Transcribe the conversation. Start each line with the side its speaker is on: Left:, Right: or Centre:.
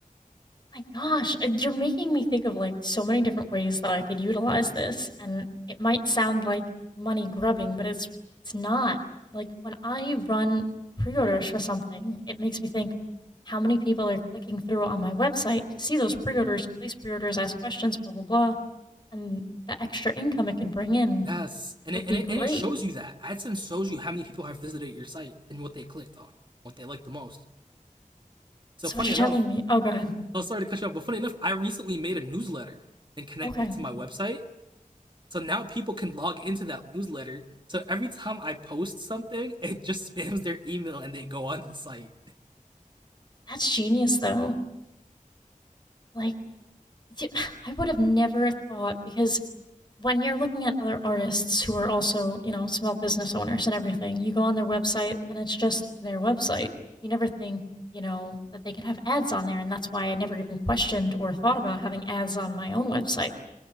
Left: My gosh. Uh, You're making me think of like so many different ways that I could utilize this, and it might sound like money grubbing, but it's it's not. Like when I run pre-orders for something, it makes me think how many people are clicking through on my website to see those pre-orders, place pre-orders, ask questions, blah blah blah, and the extra income it could bring in
Right: Yes, and
Left: would
Right: it,
Left: be
Right: and it,
Left: great.
Right: and it shows you that AdSense shows you how many people have visited your site and what they clicked on, what they liked the most. So
Left: So
Right: funny
Left: what you're
Right: enough,
Left: telling me? Oh, go ahead.
Right: oh sorry to cut you off, but funny enough, I recently made a newsletter and connected
Left: Okay,
Right: it to my website, So now people can log into that newsletter. So every time I post something, <laughs> it just spams their email and they go onto the site.
Left: that's genius, though. Like, <sighs> I would have never thought because when you're looking at other artists who are also, you know, small business owners and everything, you go on their website and it's just their website. You never think, you know, that they could have ads on there, and that's why I never even questioned or thought about having ads on my own website.